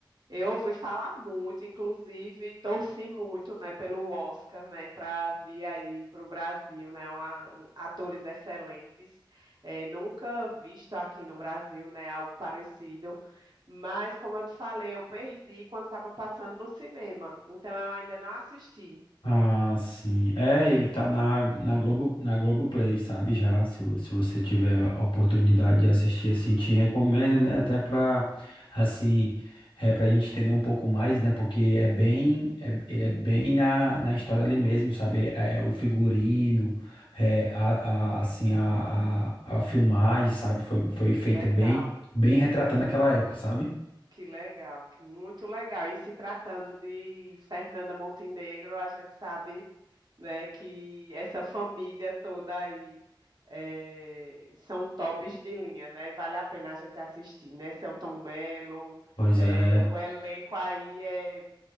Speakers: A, on the right (about 55°); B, on the left (about 85°).
A: Eu ouvi falar muito, inclusive torci muito, né, pelo Oscar, né, para vir aí para o Brasil, né, uma- um- atores excelentes. É, nunca visto aqui no Brasil, né, algo parecido. Mas como eu te falei, eu perdi quando estava passando no cinema, então eu ainda não assisti.
B: Ah, sim. É, ele tá na, na Globo, na Globoplay, sabe? Já, se, vo- se você tiver a oportunidade de assistir, assim, te recomendo, né? Até pra, assim, é, pra gente entender um pouco mais, né? Porque é bem, é, ele é bem na, na história ali mesmo, sabe? É, o figurino, é, a, a- assim, a, a, a filmagem, sabe? Foi, foi feita
A: Que legal.
B: bem, bem retratando aquela época, sabe?
A: Que legal, que muito legal. E se tratando de Fernanda Montenegro, a gente sabe, né, que essa família toda aí eh, são tops de linha, né? Vale a pena a gente assistir, né? Selton Mello,
B: Pois
A: eh,
B: é.
A: o elenco aí é